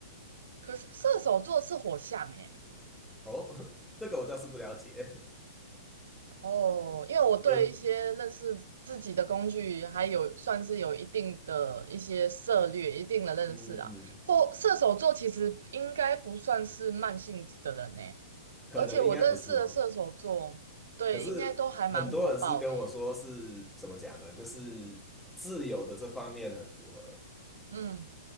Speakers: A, on the right (about 75°); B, in the centre.
A: 可是射手座是火象诶、
B: 哦，<laughs> 这个我倒是不了解。
A: 哦，因为我对一些认识自己的工具还有算是有一定的一些涉略、
B: <laughs> 有，嗯
A: 一定的认识啊。
B: 嗯嗯，
A: 或射手座其实应该不算是慢性子的人呢、
B: 可能应该不是哦。
A: 而且我认识的射手座，对，
B: 可是很多人是跟我说是怎么讲呢？
A: 应该都还蛮火爆的耶。
B: 就是自由的这方面很符合，
A: 嗯，